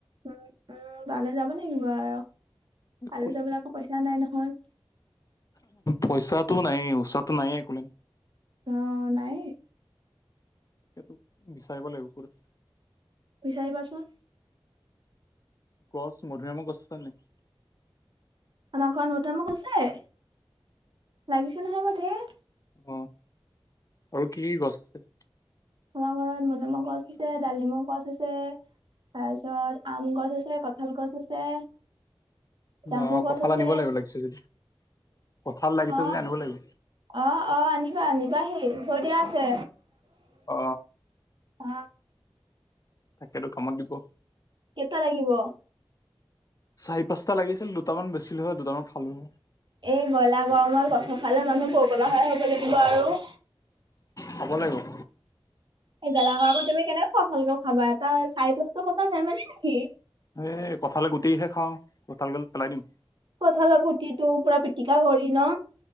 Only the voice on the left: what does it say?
দেখোন,
পইচাটো নায়েই ওচৰতটো নায়েই এক'লেণ্ড
তাকেতো বিচাৰিব লাগিব কত আছে
গছ মধু আমৰ গছ আছে নাই
অ আৰু কি কি গছ আছে
ন
কঁঠাল
আনিব লাগিব লাগিছে যদি কঁঠাল লাগিছে
যদি আনিব লাগিব
অ
তাকেতো কামত দিব
চাহি পাঁচটা লাগিছিল দুটামান বেছিলো হয় দুটামান খালো হয়
খাব লাগিব
এ কঁঠালৰ গোটিহে খাওঁ কঁঠাল গাল পেলাই দিম।